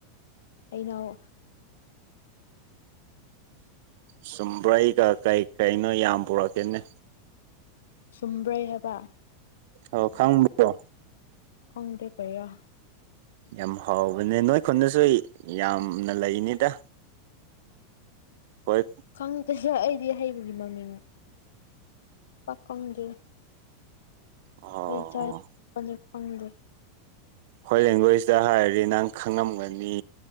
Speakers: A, on the left (about 80°); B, on the right (about 60°).
A: ꯍꯩꯅꯧ
B: ꯆꯨꯝꯕ꯭ꯔꯩꯒ ꯀꯩ ꯀꯩꯅꯣ ꯌꯥꯝ ꯄꯨꯔꯛꯀꯦꯅꯦ
A: ꯆꯨꯝꯕ꯭ꯔꯩ ꯍꯥꯏꯕ
B: ꯑꯧ ꯈꯪꯕ꯭ꯔꫭ
A: ꯈꯪꯗꯦ ꯀꯔꯤꯔꯥ
B: ꯌꯥꯝ ꯍꯥꯎꯕꯅꯦ ꯅꯣꯏ ꯈꯨꯟꯗꯁꯨ ꯌꯥꯝꯅ ꯂꯩꯅꯤꯗ ꯍꯣꯏ
A: ꯈꯪꯗꯦꯍꯦ ꯑꯩꯗꯤ ꯍꯩꯒꯤ ꯃꯃꯤꯡ ꯄꯥꯀꯣꯡꯗꯤ
B: ꯑꯣ
A: ꯑꯩ ꯆꯥꯏ ꯄꯅꯤ ꯈꯪꯗꯦ
B: ꯍꯣꯏ ꯏꯪꯂꯤꯁꯇ ꯍꯥꯏꯔꯗꯤ ꯅꯪ ꯈꯪꯉꯝꯒꯅꯤ